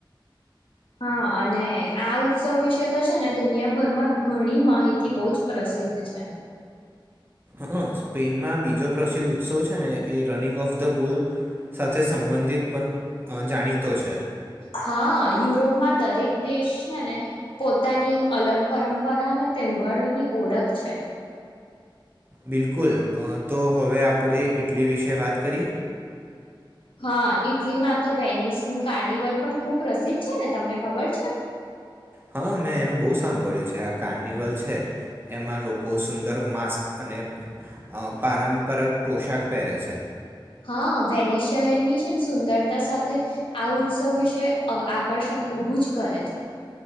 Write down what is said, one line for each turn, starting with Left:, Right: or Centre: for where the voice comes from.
Left: હા અને આ ઉત્સવ વિશે તો છે ને દુનિયાભરમાં ઘણી માહિતી બહુ જ પ્રસિદ્ધ છે
Right: હ સ્પેનમાં બીજો પ્રસિદ્ધ ઉત્સવ છે ને એ રનિંગ ઓફ ધ બુલ સાથે સંબંધિત પણ જાણીતો છે
Left: હા યુરોપમાં દરેક દેશ છે ને પોતાની અલગ પરંપરા અને તહેવારોની ઓળખ છે
Right: બિલકુલ તો હવે આપણે ઈટલી વિશે વાત કરીએ
Left: હા ઈટલીમાં તો વેનિસ નું કાર્નિવલ પણ ખુબ પ્રસિદ્ધ છે ને તમને ખબર છે
Right: હા મેં એનું બહુ સાંભળ્યું છે આ કાર્નિવલ છે એમાં લોકો સુંદર માસ્ક અને પારંપરિક પોશાક પહેરે છે
Left: હા વેનિસ શહેરની છે સુંદરતા સાથે આ ઉત્સવ વિશે આકર્ષણ ઊભું જ કરે છે